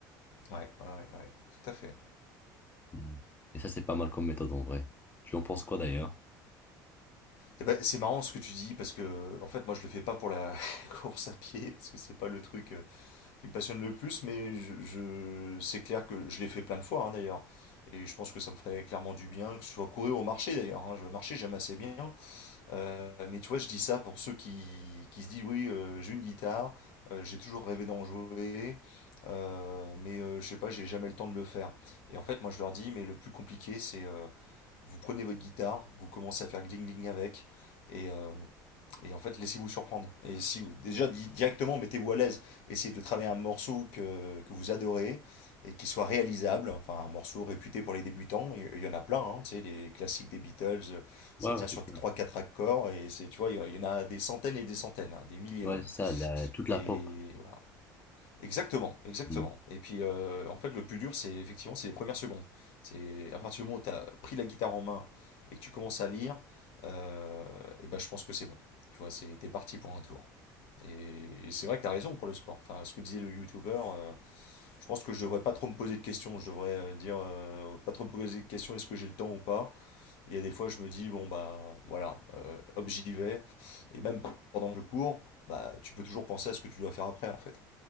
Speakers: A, on the left; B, on the left.
A: ouais, ouais, ouais, ouais. tout à fait.
B: Mm. Et ça, c'est pas mal comme méthode en vrai. Tu en penses quoi d'ailleurs?
A: Et ben, c'est marrant ce que tu dis parce que en fait moi je le fais pas pour la <laughs> course à pied parce que c'est pas le truc euh, qui me passionne le plus mais je, je- c'est clair que je l'ai fait plein de fois hein, d'ailleurs et je pense que ça me ferait clairement du bien que ce soit courir au marché d'ailleurs hein. Je marchais j'aime assez bien Euh, mais tu vois, je dis ça pour ceux qui, qui se disent, oui, euh, j'ai une guitare, euh, j'ai toujours rêvé d'en jouer, euh, mais euh, je sais pas, j'ai jamais le temps de le faire. Et en fait, moi, je leur dis, mais le plus compliqué, c'est euh, vous prenez votre guitare, vous commencez à faire gling gling avec, et euh, et en fait, laissez-vous surprendre. Et si déjà directement, mettez-vous à l'aise. Essayez de travailler un morceau que, que vous adorez et qui soit réalisable. Enfin, un morceau réputé pour les débutants. Il y en a plein, hein, tu sais, les classiques des Beatles, euh, ça
B: Ouais,
A: tient
B: ouais,
A: sur
B: c'est
A: trois
B: ça.
A: quatre accords. Et c'est, tu vois, il y en- il y en a des centaines et des centaines, hein, des milliers
B: Ouais,
A: même.
B: c'est ça, la- toute la
A: Et
B: pop.
A: voilà. Exactement, exactement.
B: Mm.
A: Et puis euh, en fait, le plus dur, c'est effectivement c'est les premières secondes. C'est à partir du moment où tu as pris la guitare en main et que tu commences à lire, euh, et ben je pense que c'est bon. Tu vois, c'est t'es parti pour un tour. Et, et c'est vrai que tu as raison pour le sport. Enfin, ce que disait le youtubeur, euh, je pense que je devrais pas trop me poser de questions. Je devrais euh, dire euh, pas trop me poser de questions, est-ce que j'ai le temps ou pas. Il y a des fois, je me dis bon bah voilà, euh, hop j'y vais. Et même pendant que je cours, bah tu peux toujours penser à ce que tu dois faire après en fait,